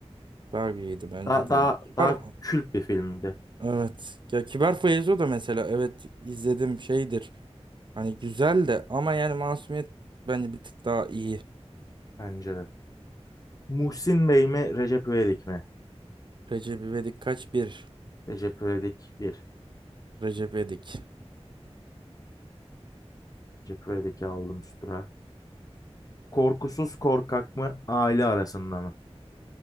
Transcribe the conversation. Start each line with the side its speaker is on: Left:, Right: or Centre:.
Right: Barbie'ydi bence
Left: Daha,
Right: de.
Left: daha,
Right: yani. Kibar
Left: daha
Right: mı?
Left: kült bir filmdi
Right: Evet. Ya Kibar Feyzo da mesela evet izledim şeydir. Hani güzel de ama yani masumiyet bence bir tık daha iyi.
Left: bence de. Muhsin Bey mi Recep İvedik mi?
Right: Recep İvedik kaç bir?
Left: Recep İvedik bir,
Right: Recep İvedik.
Left: Recep İvedik'i aldım üstüne. Korkusuz Korkak mı Aile Arasında mı?